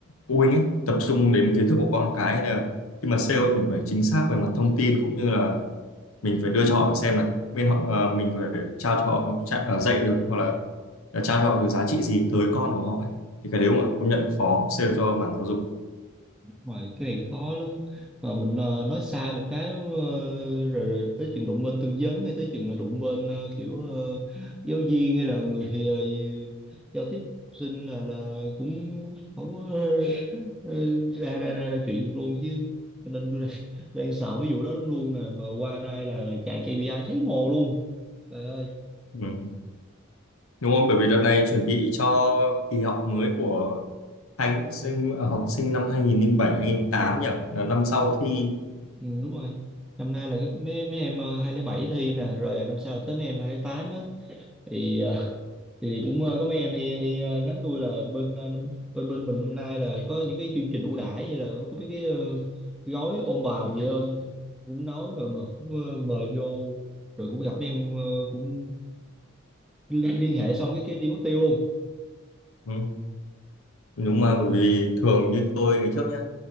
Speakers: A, on the left; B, in the centre.
A: phụ huynh ấy tập trung đến kiến thức của con cái nên là khi mà sale ấy, mình phải chính xác về mặt thông tin cũng như là mình phải đưa cho họ xem là bên họ ờ, mình phải trao cho họ tra- ờ, dạy được hoặc là là trao cho họ cái giá trị gì tới con của họ ấy. thì cái đấy cũng công nhận khó sale cho mảng giáo dục
B: Ngoài cái này khó lắm mà mình ờ, nói sai một cái ờ, rồi, rồi tới chừng đụng bên tư vấn hay tới chừng là đụng bên ờ, kiểu ờ, giáo viên hay là người ờ, giao tiếp học sinh là là cũng không có ờ, ra, ra ra ra chuyện được luôn chứ cho nên tôi đang, đang sợ ví dụ đó lắm luôn nè mà qua nay là, là chạy KPI thấy mồ luôn trời ơi
A: ừ. đúng không bởi vì đợt này chuẩn bị cho kỳ học mới của hai sinh ờ, học sinh năm 2007 2008 nhỉ là năm sau thi
B: ừ, đúng rồi năm nay là cái- mấy mấy em ờ, hai không không bảy thi nè rồi năm sau tới mấy em 208 á thì ờ, thì cũng ờ, có mấy em hay, hay ờ, nhắn tôi là bên ờ, bên bên mình năm nay là có những cái chương trình ưu đãi hay là có mấy cái ờ, gói ôn bài gì không cũng nói mà mà cũng ờ, mời vô rồi cũng gặp mấy em ờ, cũng liên, liên hệ xong cái cái đi mất tiêu luôn
A: ừ. đúng mà bởi vì thường như tôi ngày trước nhá